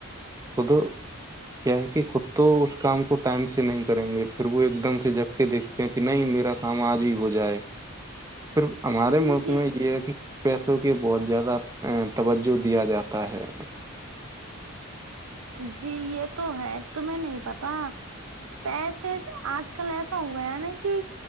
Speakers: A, on the right; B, on the right.
A: خود کیا ہے کہ خود تو اس کام کو ٹائم سے نہیں کریں گے پھر وہ ایک دم سے جپ کے دیکھتے ہیں کہ نہیں میرا کام آج ہی ہو جائے پر ہمارے
B: جی
A: ملک
B: جی
A: میں یہ ہے کہ پیسوں کی بہت زیادہ توجہ دیا جاتا ہے
B: جی یہ تو ہے تمہیں نہیں پتا پیسے آج کل ایسا ہو گیا نا کہ